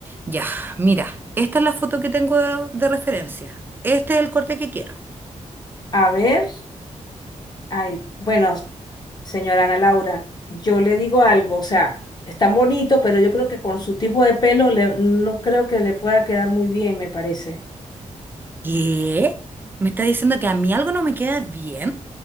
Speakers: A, on the right; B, on the left.
A: Ya, mira, esta es la foto que tengo de, de referencia. Este es el corte que quiero.
B: A ver, ay, bueno, señora Ana Laura, yo le digo algo, o sea, es tan bonito, pero yo creo que con su tipo de pelo le- no creo que le pueda quedar muy bien, me parece.
A: ¿Qué? ¿Me está diciendo que a mí algo no me queda bien?